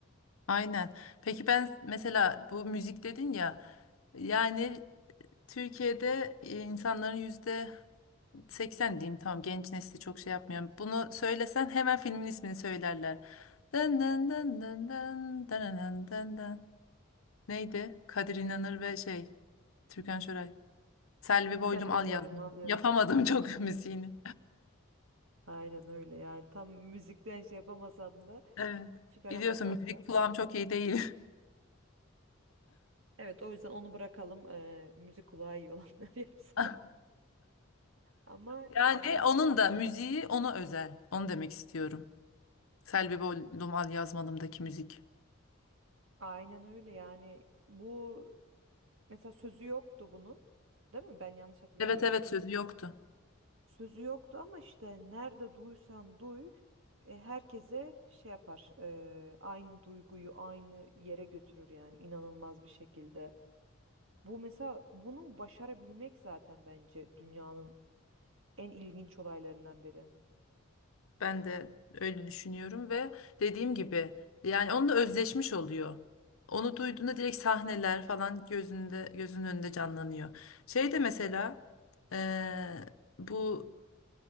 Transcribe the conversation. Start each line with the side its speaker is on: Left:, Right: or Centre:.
Left: Aynen. Peki ben mesela bu müzik dedin ya, yani Türkiye'de e, insanların yüzde 80 diyeyim tamam genç nesli çok şey yapmıyor. Bunu söylesen hemen filmin ismini söylerler. Dın dın dın dın dın dın dın dın dın. Neydi? Kadir İnanır ve şey Türkan Şoray. Selvi Boylum
Right: Tel
Left: al
Right: bir bölüm
Left: yazdım.
Right: al yazmalı.
Left: Yapamadım çok <laughs> müziğini.
Right: Aynen öyle yani tam müzikten şey yapamasam da
Left: Evet.
Right: çıkaramasam
Left: Biliyorsun müzik
Right: da
Left: kulağım çok iyi değil.
Right: Evet o yüzden onu bırakalım eee, müzik kulağı iyi olanlar <laughs> yapsın.
Left: <laughs>
Right: Ama
Left: Yani
Right: yani
Left: onun da müziği ona özel. Onu demek istiyorum. Selvi Boylum al yazmalımdaki müzik.
Right: aynen öyle yani bu mesela sözü yoktu bunun değil mi? Ben yanlış hatırlamıyorum.
Left: Evet evet sözü yoktu.
Right: Sözü yoktu ama işte nerede duysan duy e, herkese şey yapar eee, aynı duyguyu aynı yere götürür yani inanılmaz bir şekilde. Bu mesela bunu başarabilmek zaten bence dünyanın en ilginç olaylarından biri.
Left: Ben de öyle düşünüyorum ve dediğim gibi yani onunla özleşmiş oluyor. Onu duyduğunda direkt sahneler falan gözünde gözünün önünde canlanıyor. Şey de mesela eee, bu